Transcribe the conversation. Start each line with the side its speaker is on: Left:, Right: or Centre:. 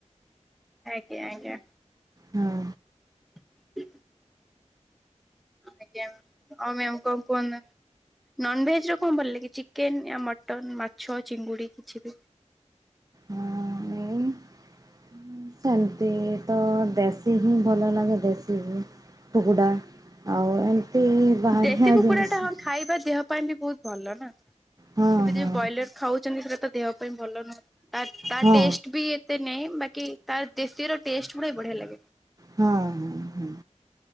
Centre: ଆଜ୍ଞା ଆଜ୍ଞା।
Right: ହଁ।
Centre: <inaudible> ଆଜ୍ଞା ଆଉ ମ୍ୟାମ କଣ କୁହନ୍ତୁ? ନନଭେଜରେ କଣ ଭଲ ଲାଗେ ଚିକେନ ୟା ମଟନ ମାଛ ଚିଙ୍ଗୁଡି କିଛି ବି
Right: ହଁ ସେମିନ୍ତି ତ ଦେଶୀ ହିଁ ଭଲ ଲାଗେ ଦେଶୀ ହିଁ। କୁକୁଡ଼ା ଆଉ ଏମିତି ବାହାରିଆ
Centre: ଦେଶୀ କୁକୁଡା
Right: ଜିନିଷ
Centre: ଟା ହଁ ଖାଇବା ଦେହ ପାଇଁ ବି ବହୁତ ଭଲ ନା
Right: ହଁ
Centre: ଏବେ
Right: ହଁ
Centre: ଯିଏ ବ୍ରଏଲର ଖାଉଛନ୍ତି ସେଇଟା ତ ଦେହ ପାଇଁ ଭଲ ନୁହଁ ତା
Right: ହଁ
Centre: ଟେଷ୍ଟ ବି ଏତେ ନାଇଁ ବାକି ତାର ଦେଶୀର ଟେଷ୍ଟ ଗୁଡା ବଢିଆ ଲାଗେ।
Right: ହଁ ହଁ ହଁ।